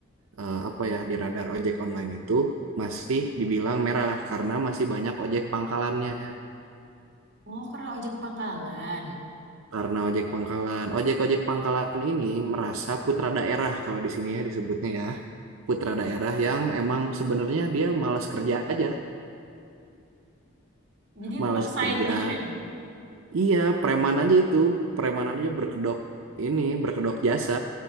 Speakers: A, on the right; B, on the right.
A: eh, apa ya di radar ojek online itu masih dibilang merah karena masih banyak ojek pangkalannya.
B: oh karena ojek pangkalan
A: Karena ojek pangkalan, ojek-ojek pangkalan ini merasa putra daerah kalau di sini ya disebutnya ya. Putra daerah yang emang sebenarnya dia malas kerja aja,
B: jadi
A: malas
B: nguasain
A: kerja.
B: gitu ya
A: Iya, preman aja itu, preman aja berkedok ini berkedok jasa